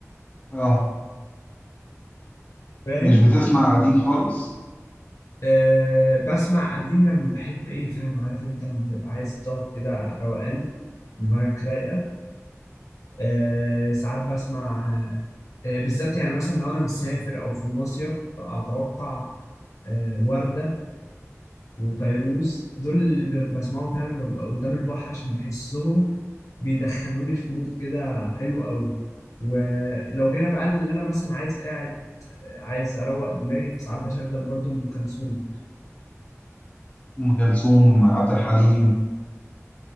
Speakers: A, on the left; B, on the left.
A: اه
B: فاهم
A: مش بتسمع قديم خالص
B: أه بسمع قديم لما بحب ايه فاهم عارف انت لما تبقى عايز تقعد كده روقان دماغك رايقه أه ساعات بسمع آه، بالذات يعني مثلا لو انا مسافر او في مصيف اتوقع آه، وردة وفيروز دول اللي ب- بسمعهم فعلا لما ببقى قدام البحر عشان بحسهم بيدخلوني في مود كده حلو قوي ولو جينا بقى اللي انا مثلا عايز قاعد عايز اروق دماغي فساعات بشغل برضو ام كلثوم
A: ام كلثوم عبد الحليم